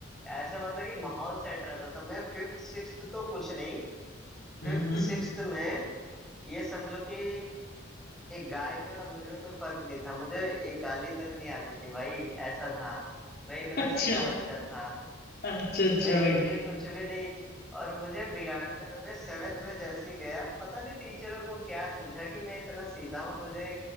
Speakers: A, in the centre; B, on the left.
A: ऐसे मतलब कि माहौल सेट रहता था मैं फिफ्थ सिक्स्थ तो कुछ नहीं
B: हम्म
A: फिफ्थ
B: हम्म
A: सिक्स्थ में ये समझो कि एक गाय में और मुझ में कोई फर्क नहीं था मुझे एक गाली तक नहीं आती थी भाई ऐसा था मैं इतना
B: अच्छा
A: सीधा बच्चा था
B: अच्छा अच्छा
A: मैं एक
B: भाई
A: भी कुछ भी नहीं और मुझे बिगाड़ने में मैं सेवेंथ में जैसे ही गया पता नहीं टीचरों को क्या सूझा कि मैं इतना सीधा हूँ मुझे